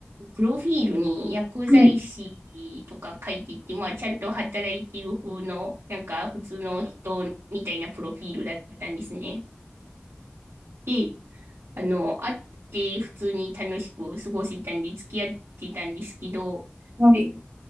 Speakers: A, on the right; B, on the right.
A: プロフィールに薬剤師とか書いてて、
B: はい。
A: まあちゃんと働いてる風の、なんか普通の人みたいなプロフィールだったんですね。で、あの、会って普通に楽しく過ごせたんで付き合ってたんですけど、
B: はい。